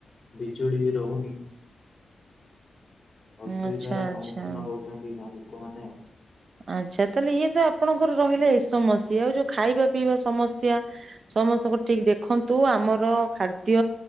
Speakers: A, on the left; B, on the right.
A: ବିଜୁଳି ବି ରହୁନି ଅସୁବିଧାର
B: ଆଚ୍ଛା
A: ସମୁ
B: ଆଚ୍ଛା।
A: ହଉଚନ୍ତି ଗାଁ ଲୋକମାନେ।
B: ଆଚ୍ଛା ତାହେଲେ ଇଏ ତ ଆପଣଙ୍କର ରହିଲା ଏ ସମସ୍ୟା ଆଉ ଯୋଉ ଖାଇବା ପିଇବା ସମସ୍ୟା ସମସ୍ତଙ୍କ ଠିକ ଦେଖନ୍ତୁ ଆମର ଖାଦ୍ୟ